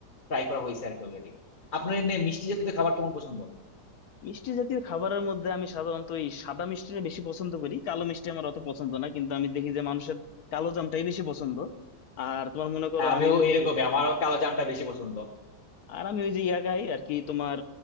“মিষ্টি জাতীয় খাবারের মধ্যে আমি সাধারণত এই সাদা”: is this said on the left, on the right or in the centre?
Left